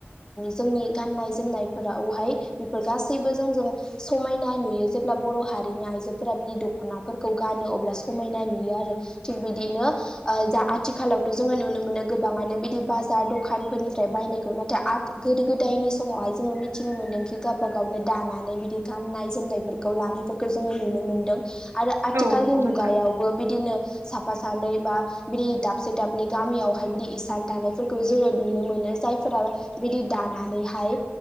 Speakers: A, on the left; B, on the right.
A: जोंनि गाननाय जोमनायफोरावहाय बेफोर गासैबो जों जों समायना नुयो जेब्ला बर' हारि नि आइजोफोरा बिदि दख'नाफोरखौ गानो अब्ला समायना नुयो आरो थिग बिदिनो जा आथिखालावथ' जोङो नुनो मोनो गोबाङानो बिदि बाजार दखानफोरनिफ्राय बायनायखौ नाथाय गोदो गोदायनि समावहाय जोङो मिथिनो मोनदों खि गावबा गावनो दानानै बिदि गाननाय जोमनायफोरखौ लानो फोरखौ जोङो नुनो मोनदों आरो आथिखालनि
B: औ नंगौ
A: मुगायावबो
B: नोंथां
A: बिदिनो साफा सानै बा बिदि दाबसे दाबनै गामियावहाय बिदि इसान दानायफोरखौ जोङो नुनो मोनो जायफोरा बिदि दानानैहाय